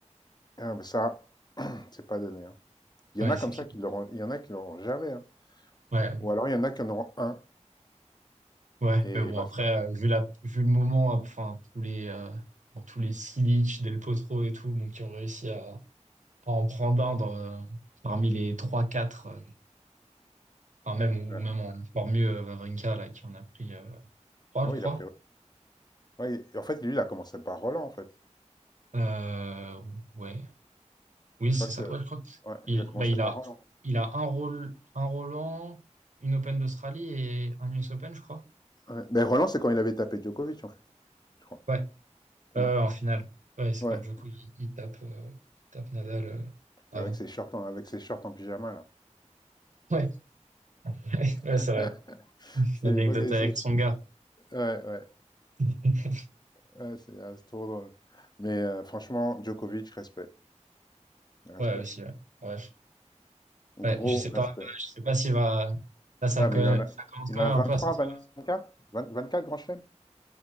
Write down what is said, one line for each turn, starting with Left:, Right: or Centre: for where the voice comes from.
Left: Ah, mais ça, <clears throat> c'est pas donné, hein. Il
Right: Ouais,
Left: y en a comme
Right: c'est clair.
Left: ça qui l'auront, il y en a qui l'auront jamais, hein.
Right: Ouais,
Left: Ou alors il y en a qui en auront un,
Right: ouais.
Left: et
Right: Mais bon,
Left: basta.
Right: après, euh, vu la, vu le moment, euh, enfin, tous les, euh, bon, tous les Silic, Del Potro et tout, bon, qui ont réussi à, à en prendre un dans, euh, parmi les trois quatre euh, Enfin, même,
Left: Ouais,
Right: ou même en encore mieux, euh, Wawrinka, là, qui en a pris euh, trois,
Left: Oh,
Right: je crois.
Left: il a pris... Ouais, il- en fait, lui, il a commencé par Roland, en fait.
Right: Euh, ouais. Oui,
Left: Je
Right: c'est
Left: crois que...
Right: ça. Ouais, je crois que
Left: Ouais,
Right: il,
Left: il a commencé
Right: bah, il
Left: par
Right: a,
Left: Roland.
Right: il a un rôle, un Roland, une Open d'Australie et un US Open, je crois.
Left: Ouais. Ben, Roland, c'est quand il avait tapé Djokovic, en fait. je crois.
Right: Ouais.
Left: Mm.
Right: Euh, en finale. Ouais, c'est
Left: Ouais,
Right: quand Djokovic, il, il tape, euh, il tape Nadal euh, avant.
Left: avec ses shorts en, avec ses shorts en pyjama, là.
Right: Ouais, <laughs> ouais,
Left: <laughs>
Right: c'est vrai.
Left: C'était
Right: L'anecdote
Left: l'époque avec
Right: avec
Left: ses-
Right: son gars.
Left: Ouais, ouais,
Right: <laughs>
Left: ouais, c'est ah, c'est trop drôle. Mais euh, franchement, Djokovic, respect, respect.
Right: Ouais, aussi, ouais. Ouais, je,
Left: Gros
Right: ouais, je sais pas,
Left: respect.
Right: je sais pas s'il va, là, ça,
Left: Ouais,
Right: co-
Left: mais
Right: ça
Left: il en a,
Right: commence
Left: il
Right: quand
Left: en
Right: même
Left: a vingt
Right: un peu
Left: vingt trois
Right: à sortir.
Left: quatre vingt vingt quatre grands chelems.